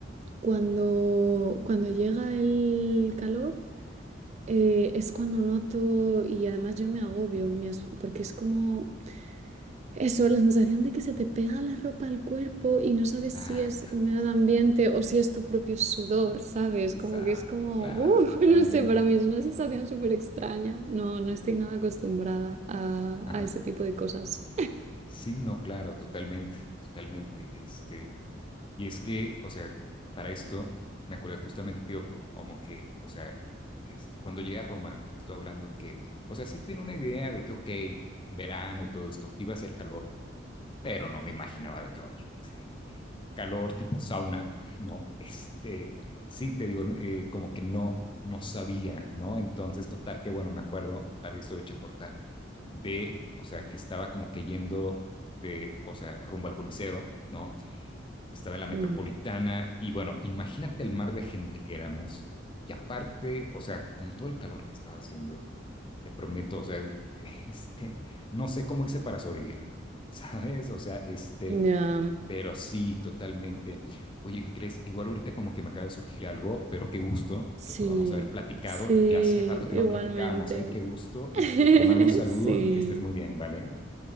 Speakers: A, on the right; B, on the left.
A: cuando, cuando llega el calor, eh, es cuando noto, y además yo me agobio, me as- porque es como eso, la sensación de que se te pega la ropa al cuerpo y no sabes
B: Exacto.
A: si es humedad
B: sí,
A: ambiente
B: claro.
A: o si es tu propio sudor, ¿sabes?
B: Exacto,
A: Como que es como,
B: claro,
A: ¡uh!
B: totalmente.
A: <laughs> no sé, para mí es una sensación súper extraña. No, no estoy nada acostumbrada a,
B: Ajá.
A: a ese tipo de cosas.
B: Sí, no, claro, totalmente, totalmente. Este, y es que, o sea, para esto me acuerdo justamente, tío, co- como que, o sea, este, cuando llegué a Roma, te estoy hablando que, o sea, sí tenía una idea de que, ok, verano y todo esto, iba a ser calor, pero no me imaginaba de que, oye, <laughs> calor tipo sauna, no, este, sí te digo, eh, como que no, no sabía, ¿no? Entonces, total, que bueno, me acuerdo, para la historia hecha corta, de, o sea, que estaba como que yendo de, o sea, rumbo al Coliseo, ¿no? Estaba en la metropolitana
A: Mm.
B: y bueno, imagínate el mar de gente que éramos y aparte, o sea, con todo el calor que estaba haciendo, te prometo, o sea, <laughs> este, no sé cómo hice para sobrevivir, <laughs> ¿sabes? O sea, este,
A: Ya,
B: pero sí, totalmente. Oye, ¿qué crees? Igual ahorita como que me acaba de surgir algo, pero qué gusto
A: Sí,
B: que podamos haber platicado.
A: sí,
B: Ya hacía rato que
A: igualmente.
B: no platicábamos, ¿eh? Qué gusto. Este,
A: <laughs>
B: te mando un saludo
A: Sí,
B: y que estés muy bien, ¿vale?